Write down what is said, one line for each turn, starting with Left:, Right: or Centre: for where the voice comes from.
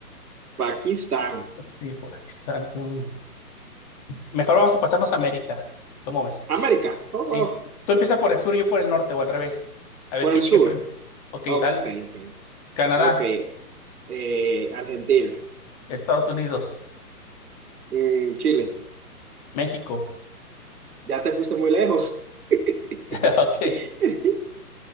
Right: Pakistán.
Left: Sí, por aquí están. Mm. Mejor vamos a pasarnos a América. ¿Cómo ves?
Right: América. Oh,
Left: Sí.
Right: oh.
Left: Tú empiezas por el sur y yo por el norte o al revés. A ver
Right: Por
Left: quién
Right: el sur.
Left: llegue primero. Ok,
Right: Ok,
Left: dale.
Right: entiendo.
Left: Canadá.
Right: Ok. Eh, Argentina.
Left: Estados Unidos,
Right: Mm, Chile.
Left: México,
Right: Ya te fuiste muy lejos. <laughs>
Left: <laughs> ok,